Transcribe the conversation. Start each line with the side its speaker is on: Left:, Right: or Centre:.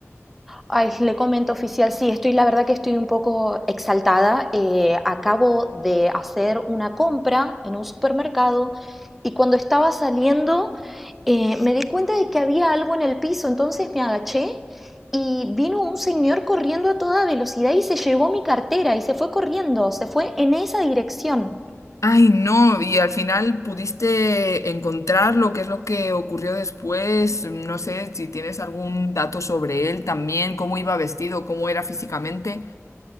Centre: Ay, le comento, oficial, sí, estoy, la verdad que estoy un poco exaltada. Eh, acabo de hacer una compra en un supermercado y cuando estaba saliendo eh, me di cuenta de que había algo en el piso, entonces me agaché y vino un señor corriendo a toda velocidad y se llevó mi cartera y se fue corriendo, se fue en esa dirección.
Left: Ay, no, y al final pudiste encontrarlo, ¿qué es lo que ocurrió después? No sé si tienes algún dato sobre él también, cómo iba vestido, cómo era físicamente.